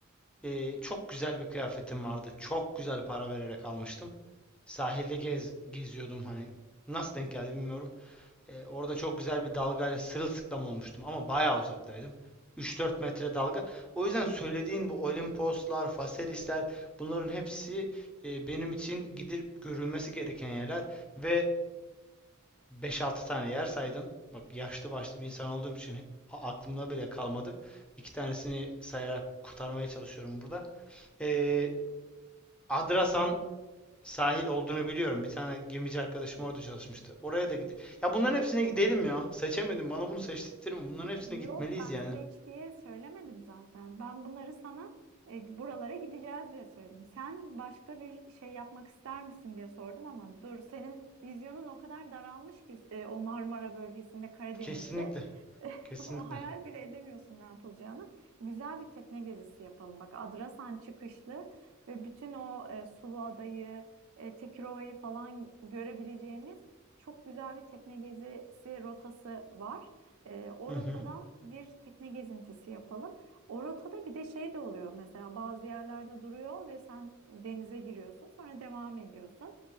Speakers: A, in the centre; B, on the right.
A: E, çok güzel bir kıyafetim vardı. Çok güzel para vererek almıştım. Sahilde gez, geziyordum hani. Nasıl denk geldi bilmiyorum. E, orada çok güzel bir dalgayla sırılsıklam olmuştum ama bayağı uzaktaydım. 3-4 metre dalga. O yüzden söylediğin bu Olimposlar, Faselisler bunların hepsi e, benim için gidip görülmesi gereken yerler ve 5-6 tane yer saydın. Bak yaşlı başlı bir insan olduğum için a- aklımda bile kalmadı. İki tanesini sayarak kurtarmaya çalışıyorum burada. E, Adrasan sahil olduğunu biliyorum. Bir tane gemici arkadaşım orada çalışmıştı. Oraya da gide. Ya bunların hepsine gidelim ya. Seçemedim. Bana bunu seçtirtme. Bunların hepsine
B: Yok
A: gitmeliyiz
B: ben
A: yani.
B: seç diye söylemedim zaten. Ben bunları sana e, buralara gideceğiz diye söyledim. Sen başka bir şey yapmak ister misin diye sordum ama dur senin vizyonun o kadar daralmış ki e, o Marmara bölgesinde Karadeniz'de
A: Kesinlikle. Kesinlikle.
B: <laughs> hayal bile edemiyorsun ne yapılacağını. Güzel bir tekne gezisi yapalım. Bak Adrasan çıkışlı ve bütün o e, Suluada'yı, e, Tekirova'yı falan görebileceğimiz çok güzel bir tekne gezisi rotası var. Ee, o
A: Hı hı.
B: rotadan bir tekne gezintisi yapalım. O rotada bir de şey de oluyor mesela bazı yerlerde duruyor ve sen denize giriyorsun sonra devam ediyorsun.